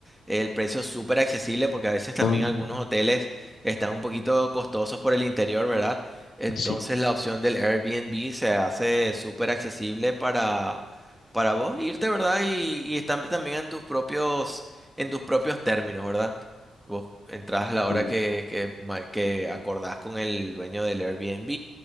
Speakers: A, in the centre; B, on the left (about 65°).
A: el precio súper accesible porque a veces también
B: ah,
A: algunos hoteles están un poquito costosos por el interior, ¿verdad? Entonces
B: sí.
A: la opción del Airbnb se hace súper accesible para, para vos irte, ¿verdad? Y, y están también en tus propios, en tus propios términos, ¿verdad? Vos entrás a la hora
B: Mm.
A: que, que, ma- que acordás con el dueño del Airbnb